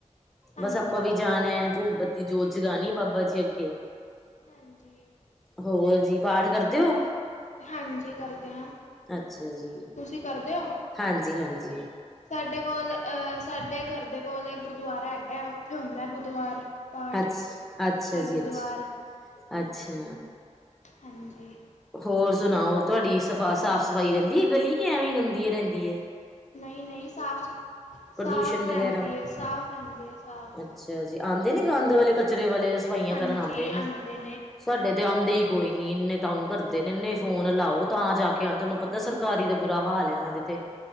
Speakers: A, on the left; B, in the centre.
A: ਹਾਂਜੀ
B: ਬਸ ਆਪਾਂ ਵੀ ਜਾਨਾ ਹੈ ਤੂੰ ਦੀ ਜੋਤ ਜਗਾਨੀ ਬਾਬਾ ਜੀ ‌ਅੱਗੇ।
A: ਹਾਂਜੀ
B: ਰੋਜ਼ ਜੀ, ਪਾਠ ਕਰਦੇ ਓ?
A: ਹਾਂਜੀ ਕਰਦੇ ਆਂ,
B: ਅੱਛਾ ਜੀ
A: ਤੁਸੀਂ ਕਰਦੇ ਓ?
B: ਹਾਂਜੀ ਹਾਂਜੀ
A: ਸਾਡੇ ਕੋਲ ਅਹ ਸਾਡੇ ਘਰ ਦੇ ਕੋਲ ਆ ਇੱਕ ਗੁਰਦੁਆਰਾ ਹੈਗਾ ਉੱਥੇ ਹੁੰਦਾ ਬੁੱਧਵਾਰ। ਪਾਠ
B: ਅੱਛ ਅੱਛਾ
A: ਹਰ
B: ਜੀ
A: ਬੁੱਧਵਾਰ
B: ਅੱਛਾ, ਅੱਛਾ।
A: ਹਾਂਜੀ।
B: ਹੋਰ ਸੁਣਾਓ ਤੁਹਾਡੀ ਸਫਾ ਸਾਫ ਸਫਾਈ ਰਹਿੰਦੀ ਗਲੀ ਕੇ ਐਵੇਂ ਗੰਦੀ ਰਹਿੰਦੀ ਏ?
A: ਨਹੀਂ-ਨਹੀਂ, ਸਾਫ ਸੁਥਰੀ
B: ਪ੍ਰਦੂਸ਼ਣ
A: ਸਾਫ ਰਹਿੰਦੀ
B: ਵਗੈਰਾ
A: ਏ, ਸਾਫ ਰਹਿੰਦੀ ਏ ਸਾਫ਼।
B: ਅੱਛਾ ਜੀ ਆਂਦੇ ਨੇ, ਗੰਦ੍ਹ ਵਾਲੇ, ਕਚਰੇ ਵਾਲੇ ਸਫਾਈਆਂ
A: ਹਾਂਜੀ
B: ਕਰਨ ਆਂਦੇ
A: ਆਉਂਦੇ
B: ਨੇ, ਸਾਡੇ ਤੇ ਆਂਦੇ ਕੋਈ ਨੀ ਇੰਨੇ ਤੰਗ ਕਰਦੇ ਨੇ, ਇਨੇ ਫੋਨ ਲਾਓ ਤਾਂ ਜਾ ਕੇ ਅੰਦਰ ਨੂੰ ਪਤਾ ਸਰਕਾਰੀ ਦਾ ਬੁਰਾ ਹਾਲ ਐ ਇਹਨਾਂ ਦੇ ਤੇ।